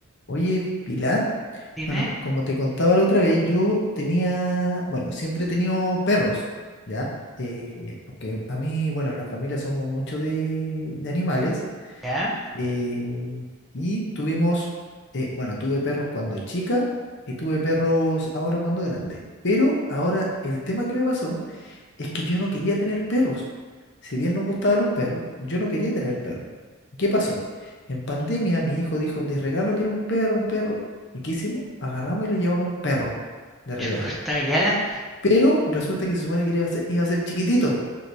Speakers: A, on the left; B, in the centre.
A: Oye, Pilar,
B: Dime,
A: bueno, como te contaba la otra vez, yo tenía, bueno, siempre he tenido perros, ¿ya? Eh, porque a mí, bueno, en la familia somos mucho de, de animales
B: ya,
A: eh, y tuvimos, eh, bueno, tuve perros cuando chica y tuve perros ahora cuando grande. Pero ahora el tema que me pasó es que yo no quería tener perros. Si bien nos gustaban los perros, yo no quería tener perros. ¿Qué pasó? En pandemia mi hijo dijo, de regalo que era un perro, un perro. ¿Y qué hicimos? Agarramos y le llevamos un perro de regalo.
B: chuta, ya,
A: Pero resulta que se supone que iba a ser, iba a ser chiquitito.